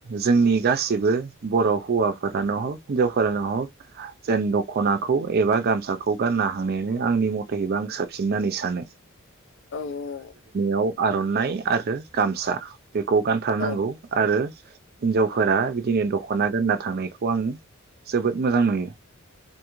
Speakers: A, on the right; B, on the left.
A: जोंनि गासिबो बर' हौवाफोरानो हक, हिनजावफोरानो हक जेन दखनाखौ एबा गामसाखौ गाननो हानायानो आंनि मथेहैबा आं साबसिन होननानै सानो।
B: औ औ
A: औ आरनाइ आरो गामसा बेखौ गानथारनांगौ
B: औ औ
A: आरो हिनजाव फोरा बिदिनो दख'ना गोनना थांनायखौ आं जोबोद मोजां नुयो।